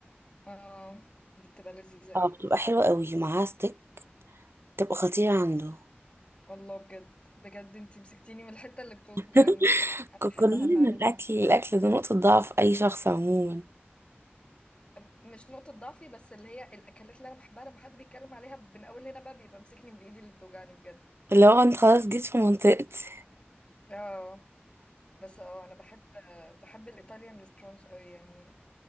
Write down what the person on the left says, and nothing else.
اه دي بتبقى لذيذة
قوي
والله بجد بجد انتي مسكتيني من الحتة اللي بتوجعني
انا
بحبها فعلا
أم- مش نقطة ضعفي بس اللي هي الاكلات اللي انا بحبها لما حد بيتكلم عليها من اول هنا بقى بيبقى مسكني من ايدي اللي بتوجعني بجد
اه بس اه انا بحب بحب الايطاليان ريستورانتس قوي يعني